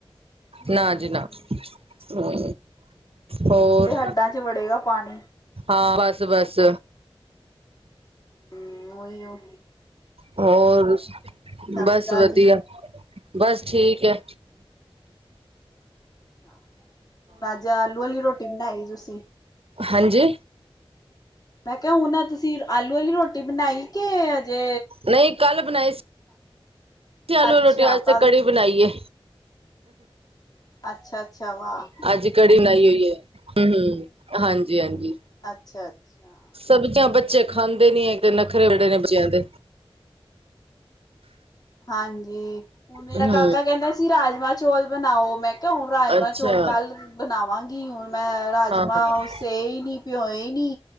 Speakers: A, on the left; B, on the right.
A: ਹੂੰ
B: ਨਾ
A: ਹੂੰ
B: ਜੀ ਨਾ।
A: ਹੂੰ।
B: ਹੂੰ ਹੋਰ।
A: ਹੁਣ ਤੇ ਹੱਡਾਂ ਚ ਵੜੇਗਾ ਪਾਣੀ।
B: ਹਾਂ ਬੱਸ-ਬੱਸ।
A: ਹਮ ਉਹੀਓ।
B: ਹੋਰ
A: ਨਵੀਂ
B: ਬਸ
A: ਤਾਜ਼ੀ।
B: ਵਧੀਆ। ਬਸ ਠੀਕ ਐ।
A: ਹਾਂ, ਅੱਜ ਆਲੂ ਵਾਲੀ ਰੋਟੀ ਬਣਾਈ ਤੁਸੀਂ।
B: ਹਾਂਜੀ,
A: ਮੈਂ ਕਿਹਾ ਹੁਣ ਤੁਸੀ ਆਲੂ ਆਲੀ ਰੋਟੀ ਬਣਾਈ। ਕਿ ਅਜੇ
B: ਨਹੀਂ ਕੱਲ੍ਹ ਬਣਾਈ ਸੀ। ਆਲੂ
A: ਅੱਛਾ
B: ਰੋਟੀ ਅੱਜ
A: ਕੱਲ
B: ਤੇ ਕੜੀ ਬਣਾਈਏ।
A: ਅੱਛਾ ਅੱਛਾ ਵਾਹ
B: ਅੱਜ ਕੜੀ ਬਣਾਈ ਹੋਈ ਏ। ਹਮ, ਹਾਂਜੀ-ਹਾਂਜੀ।
A: ਅੱਛਾ। ਅੱਛਾ।
B: ਸਬਜ਼ੀਆਂ ਬੱਚੇ ਖਾਂਦੇ
A: ਹੋਰ
B: ਨੀ ਹੈਗੇ ਨਖਰੇ ਬੜੇ ਬੱਚਿਆਂ ਦੇ।
A: ਹਾਂਜੀ। ਹੁਣ ਮੇਰਾ
B: ਹੂੰ,
A: ਕਾਕਾ ਕਹਿੰਦਾ ਸੀ ਰਾਜਮਾਂਹ ਚੌਲ ਬਣਾਓ ਮੈਂ ਕਿਹਾ ਹੁਣ ਰਾਜਮਾਂਹ
B: ਅੱਛਾ।
A: ਚੌਲ ਕੱਲ੍ਹ ਬਣਾਵਾਂਗੀ ਹੁਣ ਮੈਂ ਰਾਜਮਾਂ
B: ਹਾਂ-ਹਾਂ, ਹਾਂ
A: ਉਸੇ ਹੀ ਨੀ ਭਿਓਏ ਨੀ।